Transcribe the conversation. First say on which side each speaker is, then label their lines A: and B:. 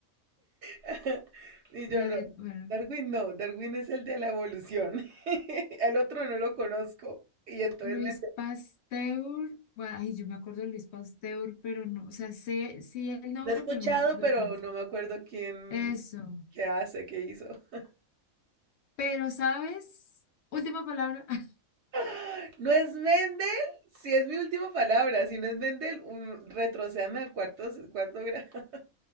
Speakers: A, on the right; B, on the left.
A: <laughs> Y
B: La
A: yo no.
B: de, bueno,
A: Darwin no, Darwin es el de la evolución. <laughs> El otro no lo conozco. Y entonces
B: Luis
A: me
B: Pasteur, bueno, ay, yo me acuerdo de Luis Pasteur, pero no, o sea, sé, sí el nombre,
A: lo he escuchado,
B: pero no me acuerdo
A: pero
B: de quién es.
A: no me acuerdo quién,
B: Eso.
A: qué hace, qué hizo. <gasps>
B: Pero, ¿sabes? Última palabra. <laughs>
A: ¡Ah! ¿No es Mendel? Si es mi última palabra, si no es Mendel, un, retrocéame a cuartos, cuarto grado. <laughs>